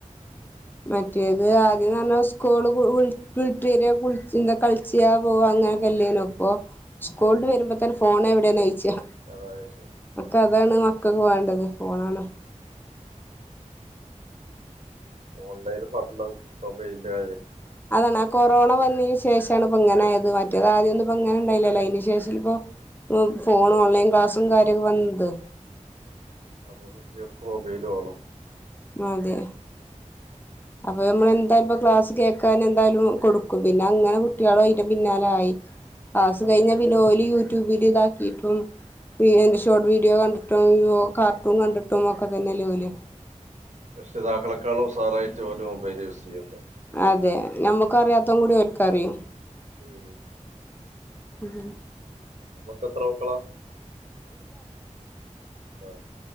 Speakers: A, on the left; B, on the right.
A: മറ്റേത്
B: അപ്പൊ
A: ആദ്യം
B: ഇത്
A: എന്ന് പറഞ്ഞ സ്കൂൾ വി- വിട്ട് വെരാ കുളിച്ച് ന്താ കളിച്ച് പോക അങ്ങനൊക്കെ അല്ലാരുന്നോ ഇപ്പൊ
B: ഉം,
A: സ്കൂൾട്ട് വരുമ്പോ തന്നെ ഫോൺ എവിടെയന്ന് ചോദിച്ചാ
B: അതായത്
A: ഇപ്പോ അതാണ് മക്കൾക്ക് വേണ്ടത് ഫോണാണ്
B: ഓൺലൈന് പറഞ്ഞ മെബെലിന്റെ
A: അതാണ് ആ കൊറോണ വന്നതിന് ശേഷമാണ് ഇപ്പോ ഇങ്ങനായത് മറ്റേ മറ്റേതാദ്യം ഒന്നും ഇപ്പോ അങ്ങനെ ഉണ്ടായിലല്ലോ അതിനു ശേഷം ല്ലേപ്പം ഫോൺ ഓൺലൈൻ ക്ലാസും കാര്യൊക്കെ വന്നത്
B: അപ്പൊ കുട്ടികൾക്ക് മൊബൈല് വേണം
A: അതെ അപ്പൊ നമ്മൾ എന്തായാലും ഇപ്പ ക്ലാസ് കേൾക്കാനുംഎന്തായാലും കൊടുക്കും പിന്നെ അങ്ങനെ കുട്ടികളും അയിന്റെ പിന്നാല ആയി ക്ലാസ് കഴിഞ്ഞ പിന്നെ ഓല് യൂട്യൂബില് ഇതാക്കിയിട്ടും പി എന്റെ ഷോർട്ട് വീഡിയോ കണ്ടിട്ടും കാർട്ടൂൺ കണ്ടിട്ടും ഒക്കെ തന്നെല്ലേലേ ഓല്
B: രക്ഷിതാക്കളെക്കാളും ഉഷാറായിട്ട് ഓല് മൊബൈൽ യൂസ് ചെയ്യുന്നു
A: അതെ നമ്മുക്ക് അറിയാത്തും കൂടി ഒര്ക്ക് അറിയും
B: മ്
A: മ്
B: നമ്മുക്ക് എത്ര മക്കളാ എന്താ